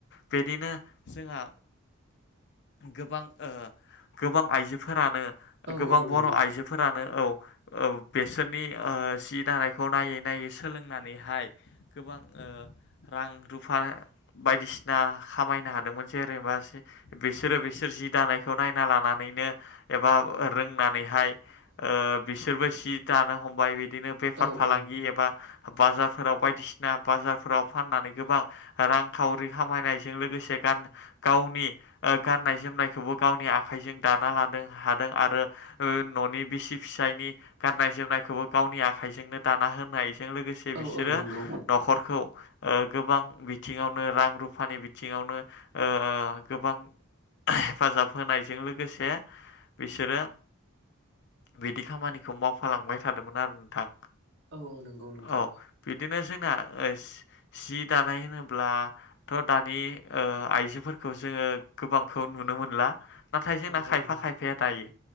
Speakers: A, on the left; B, on the right.
A: बिदिनो जोंहा गोबां ओ गोबां आइजोफोरानो
B: औ
A: गोबां
B: औ
A: बर'
B: नंगौ
A: आइजोफोरा औ औ बेसोरनि ओ सि दानायखौ नायै नायै सोलोंनानैहाय गोबां ओ रां रुफा बायदिसिना खामायनो हादोंमोन जेरेबा बिसोरो बिसोर जि दानायखौ नायना लानानै नो एबा रोंनानैहाय ओ बिसोरबो सि दानो हमबाय बिदिनो बे फार
B: औ
A: फालांगि
B: औ
A: एबा बाजारफोराव बायदिसिना बाजारफोराव फाननानै गोबां रां खावरि खामायनायजों लोगोसे गान गावनि ओ गाननाय जोमनायखौबो गावनि आखाइजों दा ना लानो हादों आरो ओ न'नि बिसि फिसायनि गाननाय जोमनायखौबो गावनि आखायजों नो दाना होनायजों लोगोसे बिसोरो
B: औ औ नंगौ
A: न'खरखौ ओ गोबां बिथिंयाव नो रां रुफानि बिथिङावनो ओ गोबां हेफाजाब होनायजों लोगोसे बिसोरो बिदि खामानिखौ मावफालांबाय थादोंमोन आरो नोंथां
B: औ औ नंगौ नोंथां
A: औ बिदिनो जोंना सि दानाय होनोब्ला थ'दानि ओह आइजोफोरखौ जोङो गोबांखौ नुनो मोनला नाथाय जोंना
B: औ
A: खाय
B: औ नंगौ
A: खायफा खायफाया दायो।